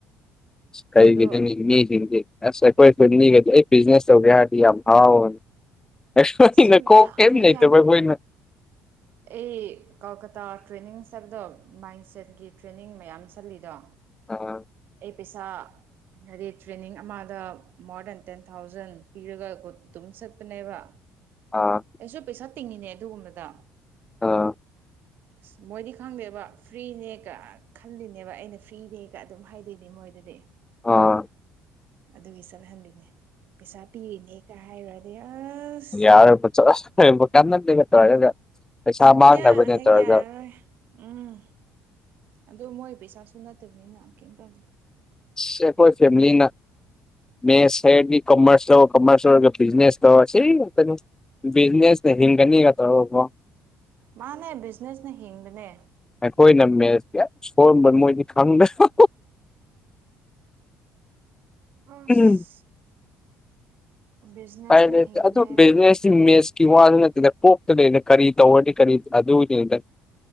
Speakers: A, on the left; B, on the right.
A: ꯀꯩꯔꯤꯒꯤ
B: ꯑꯗꯣ
A: ꯃꯤꯁꯤꯡꯁꯦ ꯑꯁ ꯑꯩꯈꯣꯏ ꯈꯨꯟꯗꯤ ꯑꯩ ꯕꯤꯖꯤꯅꯦꯁ ꯇꯧꯒꯦ ꯍꯥꯏꯔꯗꯤ ꯌꯥꯝ ꯍꯔꯥꯎꯕꯅꯤ ꯑꯁ ꯅꯀꯣꯛ
B: ꯁꯨꯛꯌꯥ
A: ꯀꯩꯝ
B: ꯍꯦꯛ
A: ꯂꯩꯇꯕ
B: ꯌꯥꯗꯦ
A: ꯑꯈꯣꯏꯅ
B: ꯑꯩ ꯀꯜꯀꯇꯥ ꯇ꯭ꯔꯦꯅꯤꯡ ꯆꯠꯄꯗꯣ ꯃꯥꯏꯟ ꯁꯦꯠꯀꯤ ꯇ꯭ꯔꯦꯅꯤꯡ ꯃꯌꯥꯝ ꯆꯠꯂꯤꯗꯣ
A: ꯑꯥ
B: ꯑꯩ ꯄꯩꯁꯥ ꯍꯥꯏꯗꯤ ꯇ꯭ꯔꯦꯅꯤꯡ ꯑꯃꯗ ꯃꯣꯔ ꯗꯦꯟ ꯇꯦꯟ ꯊꯥꯎꯖꯟ ꯄꯤꯔꯒ ꯑꯗꯨꯝ ꯆꯠꯄꯅꯦꯕ
A: ꯑꯥ
B: ꯑꯩꯁꯨ ꯄꯩꯁꯥ ꯇꯤꯡꯉꯤꯅꯦ ꯑꯗꯨꯒꯨꯝꯕꯗ
A: ꯑꯥ
B: ꯑꯁ ꯃꯣꯏꯗꯤ ꯈꯪꯗꯦꯕ ꯐ꯭ꯔꯤꯅꯦꯒ ꯈꯜꯂꯤꯅꯦꯕ ꯑꯩꯅ ꯐ꯭ꯔꯤꯅꯦ ꯀꯩꯀ ꯑꯗꯨꯝ ꯍꯥꯏꯗꯣꯏꯅꯦ ꯃꯣꯏꯗꯗꯤ
A: ꯑꯥ
B: ꯑꯗꯨꯒꯤ ꯆꯠꯍꯟꯂꯤꯅꯦ ꯄꯩꯁꯥ ꯄꯤꯔꯤꯅꯦꯒ ꯍꯥꯏꯔꯨꯔꯗꯤ ꯑꯁ
A: ꯌꯥꯔꯦ <unintelligible> ꯀꯅꯥꯗꯦꯀ ꯇꯧꯔꯒ ꯄꯩꯁꯥ
B: ꯁꯨꯛꯌꯥ
A: ꯃꯥꯡꯅꯕꯅꯦ
B: ꯍꯦꯛ
A: ꯇꯧꯔꯒ
B: ꯌꯥꯔꯔꯣꯏ ꯎꯝ ꯑꯗꯨ ꯃꯣꯏ ꯄꯩꯁꯥꯁꯨ ꯅꯠꯇꯕꯅꯤꯅ ꯀꯩꯝ ꯇꯧꯗꯦ
A: <unintelligible> ꯈꯣꯢ ꯐꯦꯃꯤꯂꯤ ꯅ ꯃꯦꯠꯁ ꯍꯥꯏꯔꯗꯤ ꯀꯝꯃꯔꯁ ꯂꯧꯔ ꯀꯣꯃꯔꯁ ꯂꯧꯔ ꯕꯤꯖꯤꯅꯦꯁ ꯇꯧꯔ ꯁꯤ ꯉꯥꯡꯇꯅꯤ ꯕꯤꯖꯤꯅꯦꯁꯅ ꯍꯤꯡꯒꯅꯤꯅ ꯇꯧꯔꯛꯄ
B: ꯃꯥꯅꯦ ꯕꯤꯖꯤꯅꯦꯁꯅ ꯍꯤꯡꯕꯅꯦ
A: ꯑꯩꯈꯣꯏꯅ ꯃꯦꯁ ꯀ꯭ꯌꯥꯝ ꯁꯣꯟꯕ ꯃꯣꯏꯗꯤ ꯈꯪꯗ꯭꯭ꯔꯕꯥ
B: ꯑꯁ
A: ꯎꯄꯥꯏ
B: ꯕꯤꯖꯤꯅꯦꯁꯅ
A: ꯎꯄꯥꯏ ꯂꯩꯇꯦ
B: ꯍꯤꯡꯕꯅꯦ
A: ꯑꯗꯣ ꯕꯤꯖꯤꯅꯦꯁꯇꯤ ꯃꯦꯁ ꯀꯤ ꯋꯥꯗꯨ ꯅꯠꯇꯦꯗ ꯀꯣꯛꯇ ꯂꯩꯅ ꯀꯔꯤ ꯇꯧꯔꯗꯤ ꯀꯔꯤ ꯑꯗꯨ ꯒꯤꯅꯤꯗ